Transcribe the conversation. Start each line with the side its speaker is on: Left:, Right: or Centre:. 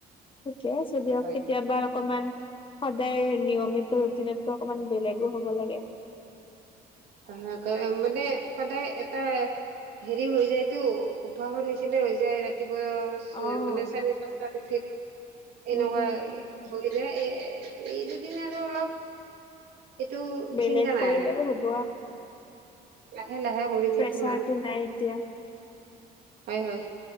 Left: িকে দিয়
Right: হয়
Left: কেতিয়া বাৰ অকমান সদায় নিয়মিত উদ দিনতকৈ অকমান বেলেগো হ'ব লাগে
Right: হ মানে সদায় এটা হেৰি হৈ যায়তো অভ্যাসৰ নিচিনা হৈ যায় ৰাতি উ
Left: অ',
Right: মানে চাৰি প্ৰস্তাটোো এনেকুৱা
Left: উম, উম, তাকে।
Right: হৈ যায় এ এই দুদিন আৰু অলপ এইেইটো
Left: বেলেগ
Right: চিন্তা নাই
Left: কৰিলেও
Right: আৰু
Left: হ'ব আৰু অ
Right: লাহে লাহে কৰি থাকিম
Left: প্ৰেচাৰটো
Right: আৰু
Left: নাই এতিয়া
Right: হয় হয়